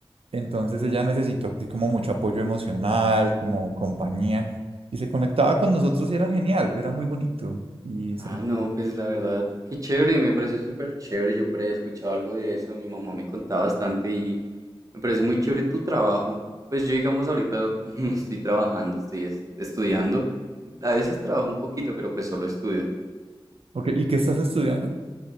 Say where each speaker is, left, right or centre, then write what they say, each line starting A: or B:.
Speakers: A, on the right; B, on the right.
A: Entonces ella necesitó así como mucho apoyo emocional, como compañía, y se conectaba con nosotros y era genial, era muy bonito. Y
B: Ah,
A: sentir...
B: no, pues la verdad, qué chévere, me parece súper chévere. Yo por ahí he escuchado algo de eso, mi mamá me contaba bastante y me parece muy chévere tu trabajo. Pues yo, digamos, ahorita <laughs> no estoy trabajando, estoy es- estudiando. A veces trabajo un poquito, pero pues solo estudio.
A: Ok, ¿y qué estás estudiando?